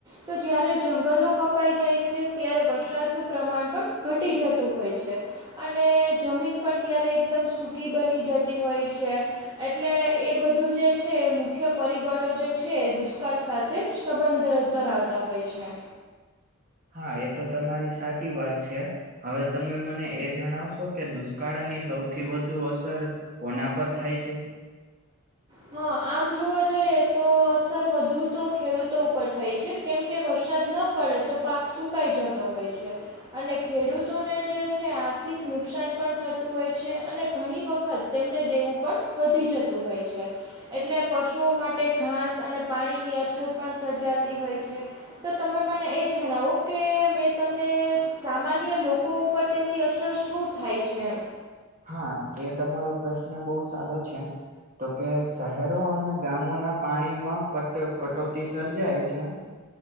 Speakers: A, on the right; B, on the right.
A: તો જ્યારે જંગલો કપાઈ જાય છે ત્યારે વરસાદનું પ્રમાણ પણ ઘટી જતું હોય છે. અને જમીન પણ ત્યારે એકદમ સૂકી બની જતી હોય છે એટલે એ બધું જે છે મુખ્ય પરિબળો જે છે દુષ્કાળ સાથે સંબંધ ધરાવતા હોય છે
B: હા એ તો તમારી સાચી વાત છે હવે તમે મને એ જણાવશો કે દુષ્કાળની સૌથી વધુ અસર કોના પર થાય છે
A: હા આમ જોવા જઈએ તો અસર વધુ તો ખેડૂતો ઉપર થાય છે કેમકે વરસાદ ન પડે તો પાક સુકાઈ જતો હોય છે અને ખેડૂતોને જે છે આર્થિક નુકસાન પણ થતું હોય છે અને ઘણી વખત તેમને દેવું પણ વધી જતું હોય છે એટલે પશુઓ માટે ઘાસ અને પાણીની અછત પણ સર્જાતી હોય છે તો તમે મને એ જણાવો કે મેં તમને સામાન્ય લોકો પર તેમની અસર શું થાય છે એમ
B: હા એ તમારો પ્રશ્ન બહુ સારો છે તો કે શહેરો અને ગામોના પાણીમાં કટ કટોતી સર્જાય છે